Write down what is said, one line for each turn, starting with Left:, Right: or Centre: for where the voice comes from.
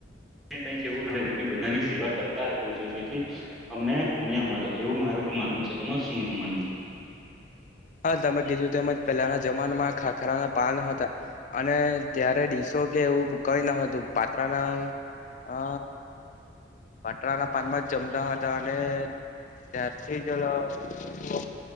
Centre: કઈક એવું બધાની સેવા કરતા રહેવું જોઈએ જેથી અમને પુણ્ય મલે એવું મારું માનવું છે તમાર શું માનવું?
Left: હા તમે કીધું તેમજ પહેલાના જમાનામાં ખાખરાના પાન હતા અને ત્યારે ડીસ તો કે એવું કઈ ન હતું પાત્રા ના અ પાતરાના પાનમાં જ જમતા હતા અને ત્યારથી જલ લોકો